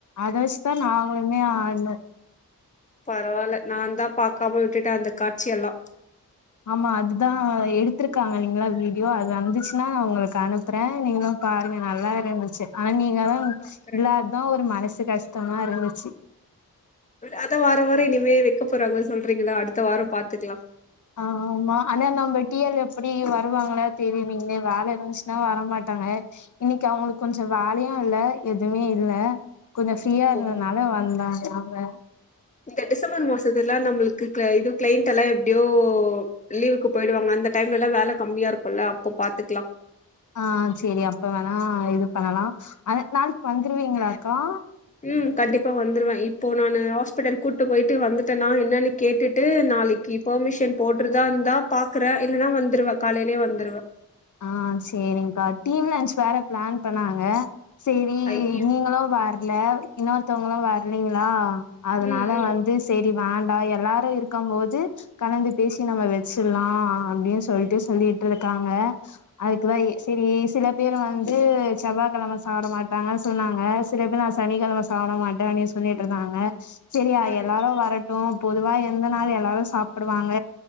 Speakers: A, on the left; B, on the left.
A: அத வச்சிதா நாங்களளுமே ஆடனோ
B: பரவாயில்ல நா தா பாக்காம விட்டுட்டே அந்த காட்சி எல்லா
A: ஆமா அதுதா எடுத்திருக்காங்க நீங்களா வீடியோ அது வந்துச்சுன்னா நா உங்களுக்கு அனுப்புறே நீங்களு பாருங்க நல்லா இருந்துச்சி ஆனா நீங் இன்னதா
B: பாக்குறே
A: இல்லாதா ஒரு மனசு கஷ் தத்மா இருந்துச்சி
B: அத வாரோ வாரோ இனிமே வைக்க போறாங்கன் சொல்றீங்களா அடுத்த வாரோ பாத்துக்கலா
A: ஆ ஆமா ஆனா நம்ம டீஎல் எப்பிடி வருவாங்க அவங்கள தெரியவிங்கன்னே வேல இருந்துச்சுன்னா வரமாட்டாங்க இன்னிக்கு அவுங்களுக்கு கொஞ்சோ வேலையு இல்ல எதுவுமே இல்ல கொஞ்சோ ஃப்ரீயா இருந்தனால
B: ஓ
A: வந்தாக வ
B: இந்த டிசம்பர் மாசத்துல்லா நம்மளுக்கு இ கிளைண்ட் எல்லா எப்பிடியோ லீவுக்கு போயிடுவாங்க அந்த டைம்ல எல்லா வேல கம்மியா இருக்குல்ல அப்போ பாத்துக்கலா
A: ஆ சேரி அப்ப வேணா இது பண்ணலா ஆனா நாளைக் வந்துருவீங்களா அக்கா
B: ம் கண்டிப்பா வந்துருவே இப்போ நானு ஹாஸ்பிட்டல் கூட்டு போயிட்டு வந்துட்டே நா என்னென்னு கேட்டுட்டு நாளைக்கு பெர்மிஷன் போட்டுருதா இருந்தா பாக்குறே இல்லன்னா வந்துருவே காலையிலேயே வந்துருவே
A: ஆ சேரிங்கா டீம் லன்ச்சி வேற பிளான் பண்ணாங்க சேரி
B: ஐயோ
A: நீங்களு வேர் இல்ல இன்னொருத்தவங்களு வர்லிங்களா அதனால
B: ம் ம்
A: வந்து சேர் டி வேண்டா எல்லாரு இருக்கம் போது கலந்து பேசி நம்ம வெச்சிர்லா அப்பிடின் சொல்ட்டு சொல்லிட்டு இருக்காங்க அதுக்குதா
B: ஓ
A: ஏ சேரி ஏசில பேர் வந்து செவ்வா கிழம சாப்டமாட்டாங்க சொன்னாங்க சில பேர் நா சனிகிழம சாப்ட மாட்டேன் சொல்லிட்டு இருந்தாங்க சேரியா
B: ம்
A: எல்லாருவரணு பொதுவா எந்த நாள் எல்லாரு சாப்புடுவாங்க